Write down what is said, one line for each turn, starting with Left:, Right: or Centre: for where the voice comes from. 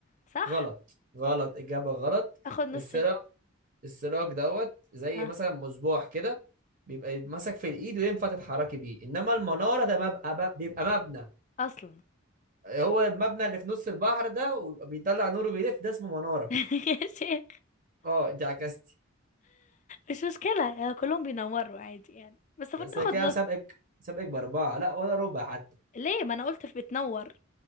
Left: صح
Right: غلط غلط اجابة غلط
Left: اخد نص
Right: السراج
Left: ده
Right: السراج دوت زي
Left: اه
Right: مثلا مصباح كده بيبقى ماسك في الايد وينفع تتحركي بيه انما المنارة ده بيبقى بيبقى مبنى
Left: اصلا
Right: هو المبنى اللي في نص البحر ده وبيطلع نور وبيلف ده اسمه منارة
Left: <laughs> يا شيخ
Right: اه انت عكستي
Left: مش مشكلة آه، كلهم بينوروا عادي يعني بس المفروض
Right: بس
Left: ناخد
Right: أنا كده
Left: نص
Right: مسابقك مسابقك بأربعة لا ولا ربع حتى
Left: ليه ما انا قلت في بتنور